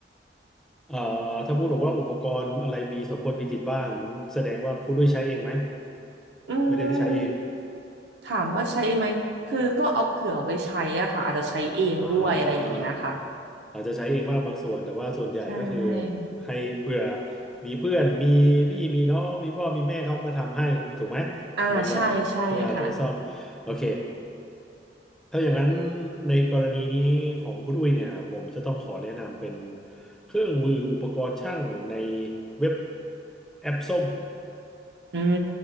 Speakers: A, in the centre; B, on the right.
A: เอ่อถ้าพูดบอกว่าอุปกรณ์อะไรมีสมควรมีติดบ้านแสดงว่าคุณอุ้ยใช้เองไหม
B: อืม
A: ไม่ได้ใช้เอง
B: ถามว่าใช้ไหมคือก็เอาเผื่อไว้ใช้อะค่ะอาจจะใช้เองด้วยอะไรอย่างเงี้ยค่ะ
A: อ่าอาจจะใช้เองบ้างบางส่วนแต่ว่าส่วนใหญ่ก็คือ
B: ใช่
A: ให้เผื่อมีเพื่อนมีพี่มีน้องมีพ่อมีแม่เขามาทำให้ถูกไหม
B: อ่าใช่ใช่ค่ะ
A: บางอย่างที่อาจจะซ่อมโอเค ถ้าอย่างนั้นในกรณีนี้ของคุณอุ้ยเนี่ยผมจะต้องขอแนะนำเป็นเครื่องมืออุปกรณ์ช่างในเว็บแอปส้ม
B: อื